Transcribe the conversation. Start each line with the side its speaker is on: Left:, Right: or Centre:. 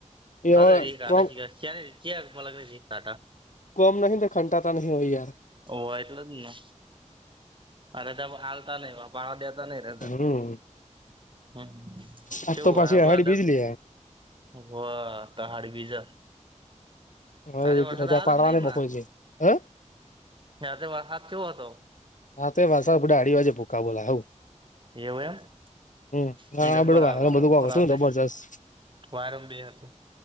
Left: એ હવે
Right: અ રી ક આટ
Left: કોમ
Right: શી રી ત મલાગને રી ક આટ
Left: કોમ નહી તો ખંટા તો નહી હોય યાર
Right: ઓ એટલે જ ને અરે ત હાલતા નહ બાપ પાણા દેતા નહી ર
Left: હમ
Right: હમ
Left: આજ
Right: કેવું
Left: તો પાછી
Right: હય હ બાદક
Left: અહાડી બીજ લે
Right: વાહ ક હાડ બીજ
Left: હવે
Right: સાથે વરસાદ
Left: રજા
Right: આવ્યો
Left: પાડવાને
Right: હતો નહિમાં
Left: બપોર છે હ
Right: જ વરસાદ થયો હતો
Left: હા તો વાલસા બધા અઢી વાજે ભૂકા બોલા હું
Right: એવું એમ
Left: હમ
Right: હમણાં
Left: હા બડું ભાઈ
Right: રાતે
Left: બધું ખ
Right: વરસાદ કેવો હતો જબ્બર આવ્યો વરસાદ રાતે
Left: શું જબરજસ્ત
Right: વાયરમ બે હતું